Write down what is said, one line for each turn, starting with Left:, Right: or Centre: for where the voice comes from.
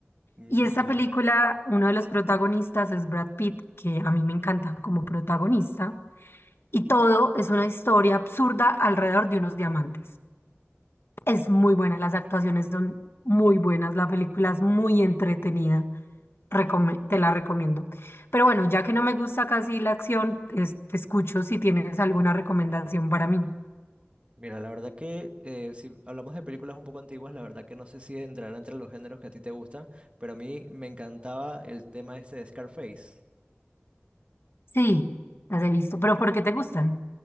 Right: Mm,
Left: Y esta
Right: ya.
Left: película, uno de los protagonistas es Brad Pitt, que a mí me encanta como protagonista. Y todo es una historia absurda alrededor de unos diamantes. Es muy buena, las actuaciones son muy buenas, la película es muy entretenida, recome- te la recomiendo. Pero bueno, ya que no me gusta casi la acción, es- te escucho si tienes alguna recomendación para mí.
Right: Mira, la verdad que eh, si hablamos de películas un poco antiguas, la verdad que no sé si entrará entre los géneros que a ti te gustan, pero a mí me encantaba el tema este de Scarface.
Left: Sí, las he visto, pero ¿por qué te gustan?